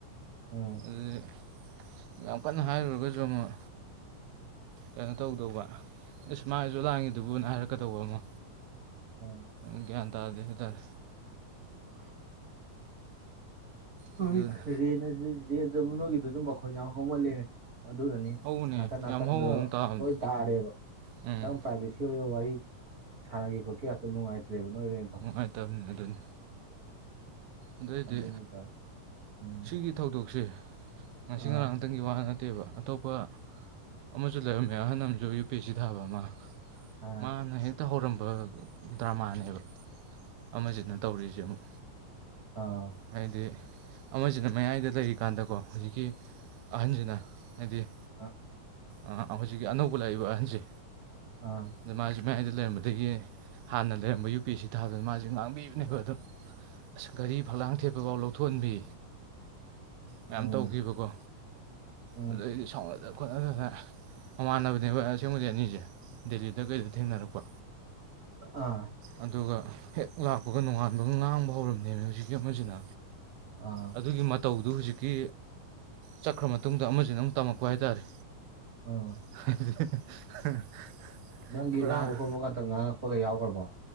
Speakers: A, on the right (about 40°); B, on the right (about 80°).
A: ꯎꯝ
B: <unintelligible> ꯌꯥꯝ ꯀꯟꯅ ꯍꯥꯏꯔꯨꯔꯒꯖꯨ ꯑꯃꯨꯛ ꯀꯩꯅꯣ ꯇꯧꯗꯧꯕ ꯏꯁ ꯃꯥꯖꯨ ꯂꯥꯡꯉꯤꯗꯨꯕꯨꯅ ꯍꯥꯏꯔꯛꯀꯗꯧꯕ ꯑꯃ
A: ꯑꯣ
B: ꯑꯒ꯭ꯌꯥꯟ ꯇꯥꯗꯦ ꯍꯥꯏ ꯇꯥꯔꯦ
A: <inaudible> <unintelligible>
B: ꯑꯗꯨꯅꯤ
A: ꯅꯣꯏꯒꯤꯗꯨꯖꯨ ꯃꯈꯣꯟ ꯌꯥꯝ ꯍꯧꯃꯜꯂꯦꯅꯦ ꯑꯗꯨꯅꯅꯤꯅꯦ
B: ꯍꯧꯕꯅꯦ
A: ꯅꯥꯀꯟ ꯅꯥꯀꯟꯗꯣ
B: ꯌꯥꯝ ꯍꯧ ꯍꯧꯅ ꯇꯥꯕꯅꯦ
A: ꯂꯣꯏ ꯇꯥꯔꯦꯕ
B: ꯎꯝ
A: ꯈꯤꯇꯪ ꯄ꯭ꯔꯥꯏꯕꯦꯁꯤ ꯁꯤ ꯑꯣꯏꯕ ꯋꯥꯔꯤ ꯁꯥꯟꯅꯒꯦ ꯈꯣꯠꯀꯦ ꯀꯥꯇꯣ ꯅꯨꯡꯉꯥꯏꯇ꯭ꯔꯦꯕ ꯅꯣꯏ ꯔꯦꯟ
B: ꯅꯨꯡꯉꯥꯏꯇꯕꯅꯤ ꯑꯗꯨꯅꯤ ꯑꯗꯨ ꯑꯣꯏꯗꯤ
A: ꯑꯗꯨꯅꯤꯗ ꯎꯝ
B: ꯁꯤꯒꯤ ꯊꯧꯗꯣꯛꯁꯦ ꯉꯁꯤ
A: ꯑꯥ
B: ꯉꯔꯥꯡ ꯇꯪꯒꯤ ꯋꯥ ꯅꯠꯇꯦꯕ ꯑꯇꯣꯞꯄ ꯑꯃꯖꯨ ꯂꯩꯔꯝꯃꯦ ꯑꯍꯟ ꯑꯝꯖꯨ ꯌꯨ ꯄꯤ ꯑꯦꯁ ꯁꯤ ꯊꯥꯕ ꯑꯃ
A: ꯑꯥ
B: ꯃꯥꯅ ꯍꯦꯛꯇ ꯍꯧꯔꯝꯕ ꯗ꯭ꯔꯃꯥꯅꯦꯕ ꯑꯃꯖꯤꯅ ꯇꯧꯔꯤꯖꯦ ꯑꯃꯨꯛ
A: ꯑꯥ
B: ꯍꯥꯏꯗꯤ ꯑꯃꯖꯤꯅ ꯃꯌꯥꯏꯗ ꯂꯩꯔꯤꯀꯥꯟꯗꯀꯣ ꯍꯨꯖꯤꯛꯀꯤ ꯑꯍꯟꯖꯤꯅ ꯍꯥꯏꯗꯤ
A: ꯑ
B: ꯑꯥ ꯍꯧꯖꯤꯛꯒꯤ ꯑꯅꯧꯕ ꯂꯥꯛꯏꯕ ꯑꯍꯟꯖꯦ
A: ꯑꯥ
B: ꯑꯗ ꯃꯥꯖꯨ ꯃꯌꯥꯏꯗ ꯂꯩꯔꯝꯕꯗꯒꯤ ꯍꯥꯟꯅ ꯂꯩꯔꯝꯕ ꯌꯨ ꯄꯤ ꯑꯦꯁ ꯁꯤ ꯊꯥꯕꯗꯨꯅ ꯃꯥ ꯖꯦ ꯉꯥꯡꯕꯤꯕꯅꯦꯕ ꯑꯗꯨꯝ ꯑꯁ ꯘꯔꯤ ꯐꯛꯂꯥꯡ ꯊꯦꯠꯄꯐꯥꯎ ꯂꯧꯊꯣꯛꯍꯟꯕꯤ ꯃꯌꯥꯝ
A: ꯎꯝ
B: ꯇꯧꯒꯤꯕꯀꯣ
A: ꯎꯝ
B: ꯑꯗꯨꯗꯩꯗꯤ ꯁꯥꯎꯅꯗ ꯈꯣꯠꯅꯗꯅ ꯃꯃꯥꯟꯅꯕꯅꯦꯕ ꯑꯁꯦꯡꯕꯗꯤ ꯑꯅꯤꯖꯦ ꯗꯦꯜꯂꯤꯗ ꯀꯩꯗ ꯊꯦꯡꯅꯔꯛꯄ
A: ꯑꯥ
B: ꯑꯗꯨꯒ ꯍꯦꯛ ꯂꯥꯛꯄꯒ ꯅꯣꯉꯥꯟꯕꯒ ꯉꯥꯡꯕ ꯍꯧꯔꯝꯅꯦꯃꯤ ꯍꯧꯖꯤꯛꯀꯤ ꯑꯃꯖꯤꯅꯥ
A: ꯑꯥ
B: ꯑꯗꯨꯒꯤ ꯃꯇꯧꯗꯨ ꯍꯨꯖꯤꯛꯀꯤ ꯆꯠꯈ꯭ꯔ ꯃꯇꯨꯡꯗ ꯑꯃꯖꯤꯅ ꯑꯃꯨꯛ ꯇꯝꯃꯛꯄ ꯍꯥꯏꯇꯥꯔꯦ
A: ꯑꯥ
B: <unintelligible>
A: ꯅꯪꯒꯤ
B: ꯄꯨꯔꯥ
A: ꯂꯥꯡꯕ ꯈꯣꯠꯄꯒꯇ ꯉꯥꯡꯉꯛꯄꯒ ꯌꯥꯎꯒꯔ꯭ꯕꯣ